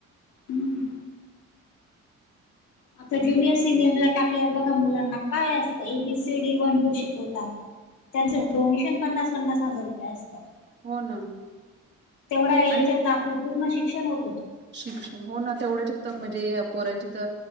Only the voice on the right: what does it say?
हो
हो ना.
आणि
शिक्षण हो ना तेवढ्याचत म्हणजे पोरांची तर.